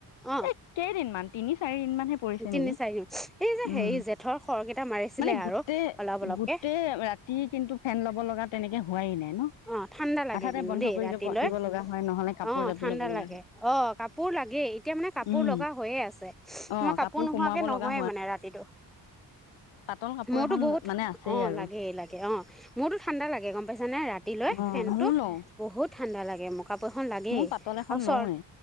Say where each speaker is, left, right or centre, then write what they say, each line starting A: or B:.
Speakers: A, in the centre; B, on the left.
A: অ
B: এই কেইদিন মানে তিনি চাৰি। দিন মানহে পৰিছে
A: তিনি
B: নেকি
A: চাৰিদিন এই যে
B: উম
A: হেৰি যে থৰ খৰকেইটা। মাৰিছিলে
B: মানে
A: আৰু
B: গোটেই
A: অলপ অলপকে
B: গোটেই ৰাতি কিন্তু ফেন লব লগা তেনেকে হোৱাই নাই ন।
A: অ ঠাণ্ডা লাগে
B: আধাতে
A: কিন্তু
B: বন্ধ
A: দেই
B: কৰি
A: ৰাতিলৈ
B: লব দিব লগা হয় নহলে কাপোৰ
A: আহ
B: জাপি
A: ঠাণ্ডা
B: ল'ব লগা
A: লাগে
B: হয়
A: অ' কাপোৰ লাগেই এতিয়া মানে কাপোৰ
B: উম
A: লগা হৈয়ে আছে মো
B: অ
A: মই কাপোৰ নোহোৱাকে
B: সোমোৱাব
A: নহয়ে
B: লগা
A: মানে ৰাতিটো।।
B: পাটল কাপোৰ
A: মোৰতো
B: এখন
A: বহুত
B: মানে আছেই
A: অ
B: আৰু।
A: লাগেই লাগে অ মোৰতো ঠাণ্ডা লাগে গম পাইছে জানে ৰাতিলৈ
B: অ
A: ফেনতটো
B: ময়ো লওঁ
A: বহুত ঠাণ্ডা লাগে ম কাপোৰ এখন লাগেই
B: ময়ো পাতল এখন
A: আৰু চ
B: লওঁৱে